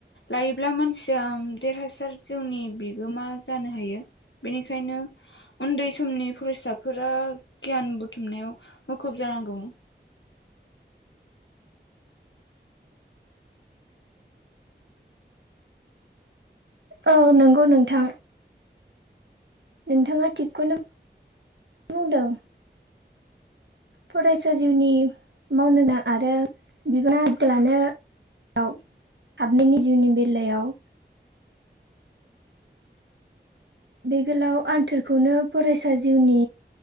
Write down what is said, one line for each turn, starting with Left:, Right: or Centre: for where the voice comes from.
Left: लायोब्ला मानसिया देरहासार जिउनि बिगोमा जानो हायो बेनिखायनो उन्दै समनि फरायसाफोरा गियान बुथुमनायाव मुखुब जानांगौ।
Right: औ नंगौ नोंथां। नोंथाङा थिगखौनो बुंदों। फरायसा जिउनि मावनोनां आरो बिबाना आ लानायाव हाबनायनि जिउनि बेलायाव। बे गोलाव आन्थोरखौनो फरायसा जिउनि